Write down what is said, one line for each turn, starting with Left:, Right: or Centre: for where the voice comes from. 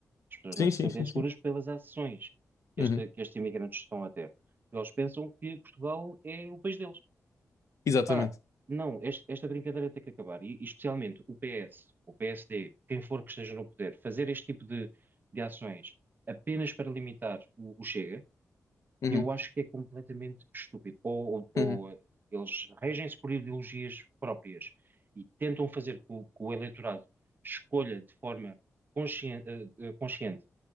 Right: As pessoas
Left: Sim,
Right: não se
Left: sim,
Right: sentem
Left: sim,
Right: seguras
Left: sim.
Right: pelas ações que,
Left: Uhum.
Right: este- que estes imigrantes estão a ter. Porque eles pensam que Portugal é o país deles.
Left: Exatamente.
Right: Pá, não, este- esta brincadeira tem que acabar. E, e especialmente o PS, o PSD, quem for que esteja no poder, fazer este tipo de, de ações apenas para limitar o, o Chega
Left: Uhum.
Right: eu acho que é completamente estúpido. Ou, ou- ou
Left: Uhum.
Right: eh, eles regem-se por ideologias próprias e tentam fazer com que o eleitorado escolha de forma conscien- eh, eh, consciente,